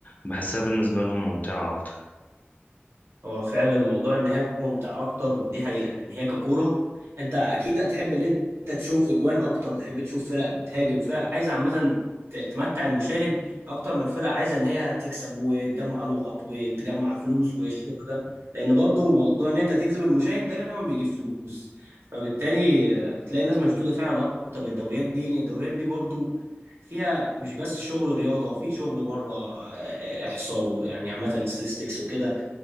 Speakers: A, on the left; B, on the right.
A: بحسها بالنسبة لهم ممتعة اكتر
B: هو فعلا الموضوع ان هي ممتعه اكتر دي حقيقه يعني هي ككوره انت اكيد هتحب ان انت تشوف اجوان اكتر تحب تشوف فرق بتهاجم فرق عايزه عامه ت- تمتع المشاهد اكتر من الفرق عايزه ان هي تكسب وتجمع نقط وتجمع فلوس والشغل ده لان برضو موضوع ان انت تجذب المشاهد ده كمان بيجيب فلوس فبالتالي آه، بتلاقي الناس مشدوده فعلا اكتر للدوريات دي لان الدوريات دي برضو فيها مش بس شغل رياضه في شغل بره آه، احصاء يعني عامه ستاتستكس وكده